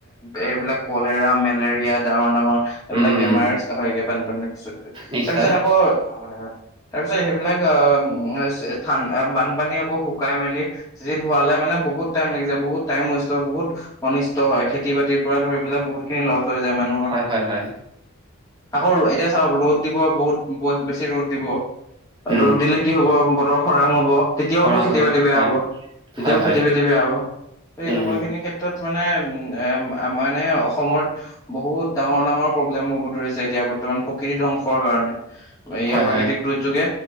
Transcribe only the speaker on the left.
এইবিলাক কলেৰা মেলেৰিয়া ডাঙৰ-ডাঙৰ, এইবিলাক
বেমাৰ হয়গে বানপানীৰ পিছত গৈ
তাৰপিছত আকৌ হয়-হয়। তাৰপিছত সেইবিলাক অ, স্হান বানপানী আকৌ শুকাই মেলি, চিজিল হোৱালে মানে বহুত টাইম লাগি যাই বহুত টাইম ৱেষ্ট হয় বহুত অনিষ্ট হয় খেতি বাতিৰ পৰা ধৰি, পেলাই বহুত খিনি লছ হৈ যায় মানুহৰ।
আকৌ এতিয়া চাওক ৰ'দ দিব বহুত বেছি ৰ'দ দিব
ৰ'দ দিলে, কি হ'ব বতৰ খৰাং হ'ব। তেতিয়াওতো
খেতি বাতি বেয়া
হ'ব, তেতিয়াও
খেতি
বাতি বেয়া হ'ব ত এনেকুৱা
খিনি ক্ষেত্ৰত মানে উ মানে অসমত, বহুত ডাঙৰ ডাঙৰ প্ৰব্লেম হ'ব ধৰিছে এতিয়া বৰ্তমান প্ৰকৃতি ধ্বংসৰ কাৰণে। ইয়াৰ
প্ৰাকৃতিক
দুৰ্যোগে